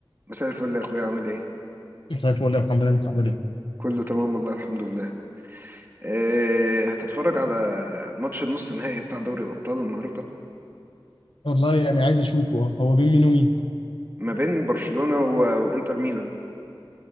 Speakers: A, on the right (about 25°); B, on the left (about 75°).
A: مساء الفل يا اخويا عامل ايه
B: مساء الفل يا محمد انت عامل ايه؟
A: كله تمام والله الحمد لله إيه هتتفرج على ماتش النص النهائي بتاع دوري الابطال النهارده
B: والله يعني عايز اشوفه اه هو بين مين ومين
A: ما بين برشلونة و... وانتر ميلان